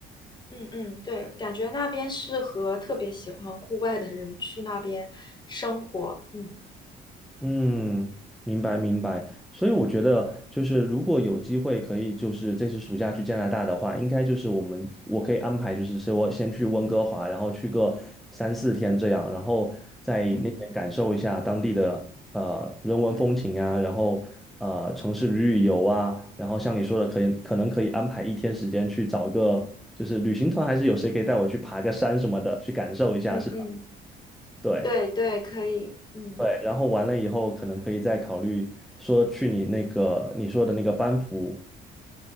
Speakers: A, on the left (about 25°); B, in the centre.
A: 嗯嗯，对，感觉那边适合特别喜欢户外的人去那边生活。嗯
B: 嗯，明白明白。所以我觉得，就是如果有机会可以，就是这次暑假去加拿大的话，应该就是我们我可以安排，就是说我先去温哥华，然后去个三四天这样，然后在那边感受一下当地的呃人文风情啊，
A: 嗯
B: 然后呃城市旅旅游啊，然后像你说的，可以可能可以安排一天时间去找个就是旅行团，还是有谁可以带我去爬个山什么的，去感受一下，
A: 嗯嗯，
B: 是吧？对。
A: 对对，可以。嗯，
B: 对，然后完了以后，可能可以再考虑说去你那个你说的那个班服，